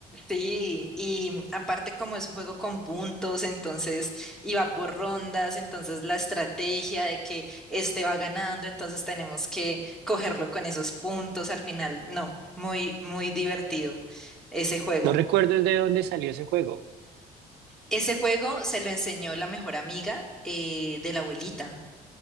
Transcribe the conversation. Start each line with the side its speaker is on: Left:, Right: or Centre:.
Centre: Sí, y aparte como es un juego con puntos, entonces iba por rondas, entonces la estrategia de que este va ganando, entonces tenemos que cogerlo con esos puntos al final. No, muy, muy divertido ese juego.
Right: No recuerdo de dónde salió ese juego.
Centre: Ese juego se lo enseñó la mejor amiga eh, de la abuelita.